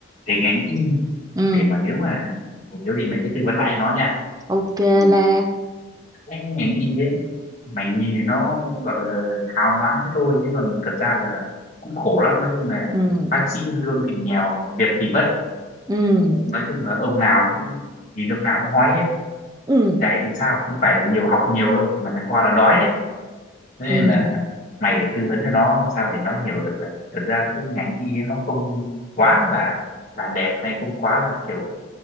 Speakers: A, on the left (about 40°); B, on the right (about 20°).
A: về ngành y
B: ừ
A: để mà nếu mà nếu gì mày sẽ tư vấn lại cho nó nha
B: ok
A: thì
B: là
A: cái ngành y ấy mày nhìn thì nó gọi là hào nhoáng thế thôi chứ còn thật ra là cũng khổ lắm nói chung là
B: ừ
A: bác sĩ lương thì nghèo việc thì vất
B: ừ
A: nói chung là ông nào cũng nhìn ông nào cũng hói hết
B: ừ
A: chảy vì sao không phải là nhiều học nhiều đâu mà thằng qua là đói đấy Thế nên
B: ừ
A: là mày phải tư vấn cho nó làm sao để nó hiểu được là thật ra cái ngành y ấy nó không quá là là đẹp hay không quá là kiểu